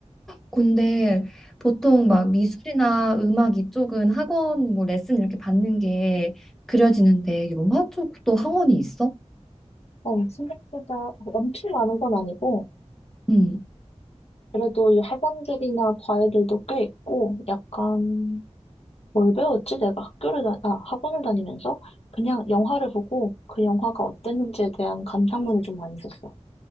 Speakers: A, in the centre; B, on the left.
A: 근데 보통 막
B: 응.
A: 미술이나 음악 이쪽은 학원 뭐 레슨 이렇게 받는 게 그려지는데 영화 쪽도 학원이 있어?
B: 어, 생각보다 엄청 많은 건 아니고,
A: 응.
B: 그래도 이 학원들이나 과외들도 꽤 있고, 약간, 뭘 배웠지? 내가 학교를, 다, 아, 학원을 다니면서 그냥 영화를 보고 그 영화가 어땠는지에 대한 감상문을 좀 많이 썼어.